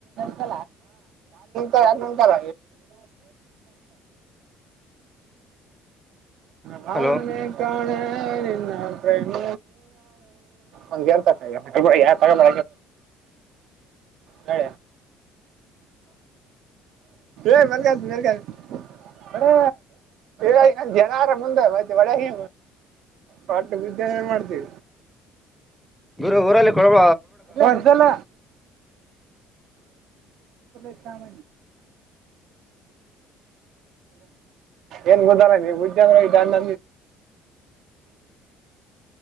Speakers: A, on the right; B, in the centre.
A: ಕ. ಹೇ ಅಲ್ಲಿ ಹೊಂಟರ ನಾನೆ
B: ಹಲೋ
A: ಕಾಣೆ
B: <inaudible>
A: ನಾನ್ ಫ್ರೆಂಡ್ ಯಿಂದು ಯಾಕ್ ಆಗಲ್ಲ
B: <inaudible>
A: ಲೆ ಅಳಿಯ ಹೇ ಮೇಕ್ ಮೆಕ್ ಹಾಕು ಅರೆ ಜನಾರ ಮುಂದೆ ಮತ್ತೆ ಒಳಗಿ ಪಾಠ ನಿದ್ದೆ ಎಲ್ಲಿ ಮಾಡ್ತೀ
B: ಗುರು ಊರಲ್ಲಿ ಕೊಡಬ
A: ಹೇ ಕುಶಲ ಇತಾಮ ಏನ್ ಗುದಲ್ಲ ನೀವು ಹಜೆ ಅಂದ್ರೆ್ಣಂದ
B: <inaudible>